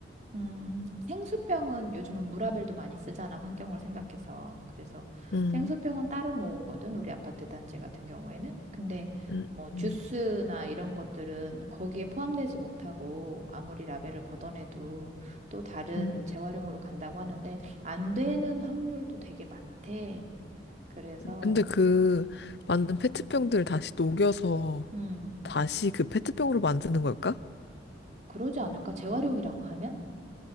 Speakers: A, on the right; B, on the left.
A: 음, 생수병은 요즘은 무라벨도 많이 쓰잖아, 환경을 생각해서. 그래서
B: 음,
A: 생수병은 따로 모으거든, 우리 아파트 단지 같은 경우에는. 근데
B: 음,
A: 뭐 주스나
B: 음.
A: 이런 것들은 거기에 포함되지 못하고 아무리 라벨을 걷어내도 또 다른
B: 음.
A: 재활용으로 간다고 하는데 안 되는 확률도 되게 많대. 그래서,
B: 근데 그 만든 페트병들 다시 녹여서
A: 음,
B: 다시 그 페트병으로 만드는 걸까?
A: 그러지 않을까? 재활용이라고 하면?